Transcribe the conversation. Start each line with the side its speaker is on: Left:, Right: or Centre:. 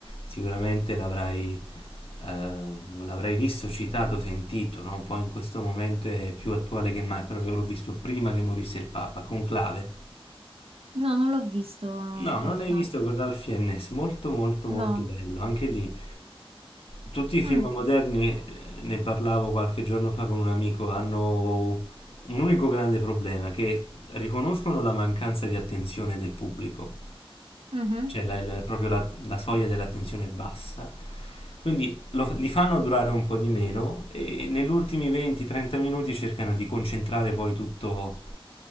Left: sicuramente l'avrai eh, l'avrei visto, citato, sentito, no? Poi in questo momento è più attuale che mai, però io l'ho visto prima che morisse il Papa, Conclave.
Right: No, non l'ho visto in
Left: No,
Right: realtà.
Left: non l'hai visto con Ralph Fiennes, molto molto
Right: No.
Left: molto bello, anche lì tutti i film
Right: Mm.
Left: moderni, eh, ne parlavo qualche giorno fa con un amico, hanno un unico grande problema, che riconoscono la mancanza di attenzione del pubblico,
Right: Mhm.
Left: cioè la- la- proprio la, la soglia dell'attenzione è bassa, quindi lo- li fanno durare un po' di meno e negli ultimi 20-30 minuti cercano di concentrare poi tutto